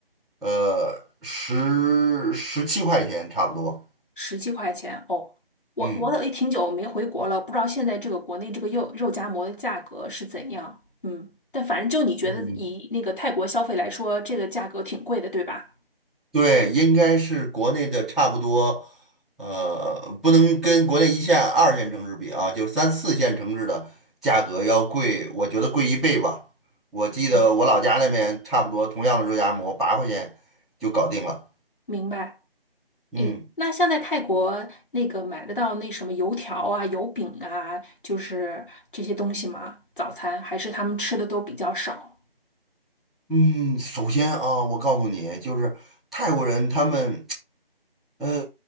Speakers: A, in the centre; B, on the left.
A: 呃十十七块钱差不多。
B: 十七块钱哦，我我也挺久没回国了，
A: 嗯
B: 不知道现在这个国内这个肉肉夹馍的价格是怎样。嗯，但反正就你觉得以那个泰国消费来说，
A: 嗯，
B: 这个价格挺贵的，对吧？
A: 对，应该是国内的差不多，呃，不能跟国内一线、二线城市比啊，就是三四线城市的价格要贵，我觉得贵一倍吧。我记得我老家那边差不多同样的肉夹馍八块钱就搞定了。
B: 嗯，明白。
A: 嗯。
B: 诶，那像在泰国那个买得到那什么油条啊、油饼啊，就是这些东西吗？早餐还是他们吃的都比较少，
A: 嗯，首先啊，我告诉你，就是泰国人他们，呃，